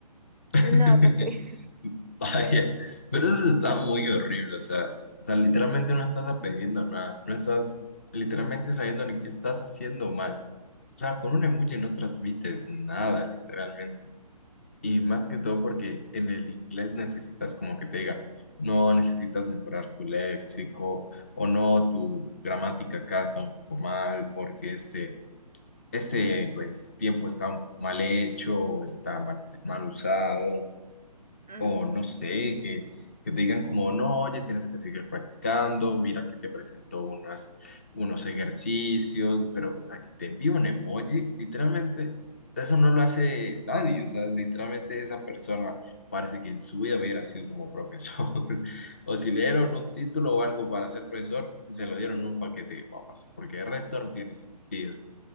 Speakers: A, on the left; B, on the right.
A: <laughs>
B: No recibí.
A: <laughs> Vaya, pero eso está muy horrible, o sea, o sea, literalmente no estás aprendiendo nada, no estás literalmente sabiendo ni qué estás haciendo mal. O sea, con un emoji no transmites nada, literalmente. Y más
B: <laughs>
A: que todo porque en el inglés necesitas como que te diga, no necesitas mejorar tu léxico o no, tu gramática acá está un poco mal porque este, este pues tiempo está mal hecho, está mal mal usado.
B: Ujú.
A: O no sé, que, que te digan como, no, oye, tienes que seguir practicando, mira que te presento unas, unos ejercicios, pero, o sea, que te envíe un emoji, literalmente, eso no lo hace nadie, o sea, literalmente esa persona parece que en su vida hubiera sido como profesor, <laughs> o si le dieron un título o algo para ser profesor, se lo dieron en un paquete de papas, porque el resto no tiene sentido.